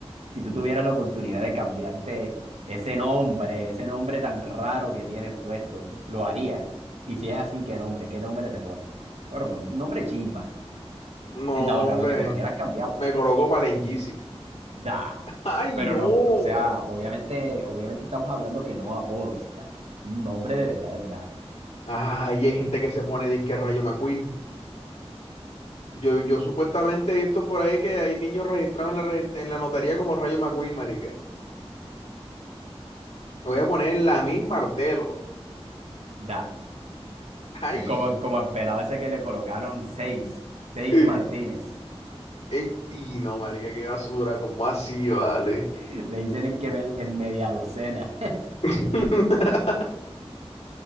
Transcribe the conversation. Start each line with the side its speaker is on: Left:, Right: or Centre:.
Right: si tú tuvieras la oportunidad de cambiarte ese nombre, ese nombre tan raro que tienes puesto, ¿lo harías? Y si es así, ¿qué nombre? ¿Qué nombre te pones? Bueno, ponte un nombre chimba,
Left: No,
Right: en dado caso
Left: hombre.
Right: que te lo quieras cambiar, pues.
Left: Me coloco para el Yeezy.
Right: Da.
Left: ¡Ay,
Right: Pero
Left: no!
Right: no, no, o sea, obviamente, obviamente estamos hablando que no apodos, ya. Un nombre de verdad, verdad.
Left: Ay, hay gente que se pone disque Rayo McQueen. Yo, yo supuestamente he visto por ahí que hay niños registrados en la, regist- en la notaría como Rayo McQueen, marica. Me voy a poner Lamin Martelo.
Right: Da. da.
Left: ¡Ay!
Right: Es Como, como al pelado ese que le colocaron seis, seis
Left: <laughs>
Right: Martínez.
Left: Ey, no, marica, qué basura. ¿Cómo así, vale?
Right: <laughs> Le dicen en, que me- en media docena.
Left: <laughs>